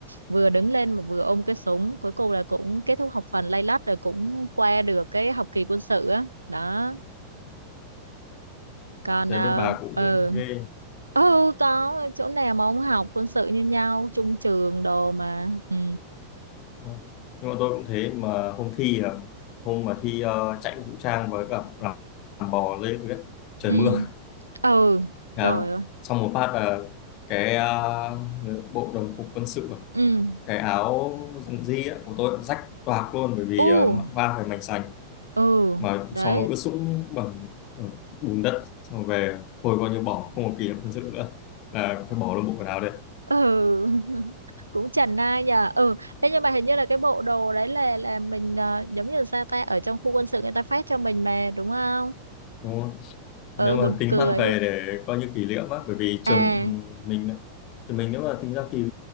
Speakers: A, on the right (about 80°); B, on the left (about 40°).
A: vừa đứng lên mà vừa ôm cái súng cuối cùng là cũng kết thúc học phần lay lắt rồi cũng qua được cái học kỳ quân sự á đó còn
B: Thế
A: ờ
B: bên bà cũng
A: ừ
B: ghê
A: ừ có chỗ nào mà ông học quân sự như nhau chung trường đồ mà ừ
B: Đúng nhưng mà tôi cũng thế mà hôm thi à, hôm mà thi ờ, chạy vũ trang với cả làm, làm bò lê thứ nhất trời
A: ừ
B: mưa
A: ừ
B: à,
A: trời ơi
B: xong một phát là cái ờ, bộ đồng phục quân sự à,
A: ừ
B: cái áo dân di á, của tôi rách toạc luôn bởi vì
A: u
B: ờ, va phải mảnh sành
A: ừ
B: mà
A: đấy
B: xong rồi ướt sũng bẩn ờ, bùn đất xong rồi về hồi coi như bỏ không có kỷ niệm quân sự nữa là phải bỏ luôn bộ quần áo đấy
A: ừ <laughs> cũng chần ai nhờ ừ thế nhưng mà hình như là cái bộ đồ đấy là là mình ờ, giống như là sao ta ở trong khu quân sự người ta phát cho mình mà đúng không
B: đúng không nếu
A: ừ
B: mà
A: buồn
B: tính
A: cười
B: mang về
A: á.
B: để coi như kỷ niệm á bởi vì
A: à
B: trường ừm, mình thì mình nếu mà tính ra thì